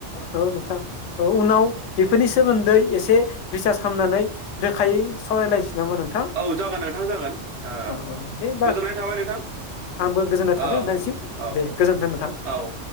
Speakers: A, on the left; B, on the right.
A: औ नोंथां औ उनाव बेफोरनि सोमोन्दै एसे रिसार्ज खालामनानै रोखायै सावरायलायसै नामा नोंथां?
B: औ जागोन नोंथां जागोन ओ
A: औ औ दे होमबा
B: गोजोननाय थाबाय नोंथां
A: आंबो गोजोननाय थाबाय
B: औ
A: नोंथांनिसिम
B: औ
A: दे गोजोन्थों नोंथां।
B: औ